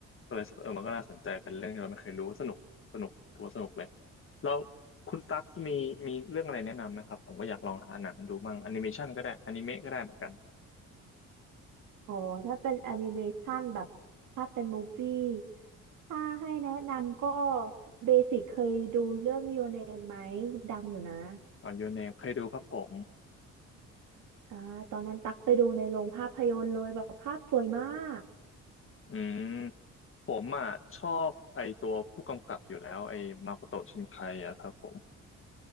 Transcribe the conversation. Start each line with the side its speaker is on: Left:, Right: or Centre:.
Left: ก็เลยรู้สึกเออมันก็น่าสนใจเป็นเรื่องที่เราไม่เคยรู้สนุกสนุกถือว่าสนุกเลยแล้วคุณตั๊กมีมีเรื่องอะไรแนะนำนะครับผมก็อยากลองหาหนังดูมั่งแอนิเมชันก็ได้อนิเมะก็ได้เหมือนกัน
Right: อ๋อถ้าเป็นแอนิเมชันแบบถ้าเป็นมูฟวี่ถ้าให้แนะนำก็เบสิกเคยดูเรื่อง Your Name ไหมดังอยู่นะ
Left: อ๋อยูเนมเคยดูครับผม
Right: อ่าตอนนั้นตักไปดูในโรงภาพยนตร์เลยแบบภาพสวยมาก
Left: อืมผมอ่ะชอบไอตัวผู้กำกับอยู่แล้วไอมาโคโตะชินไคอะครับผม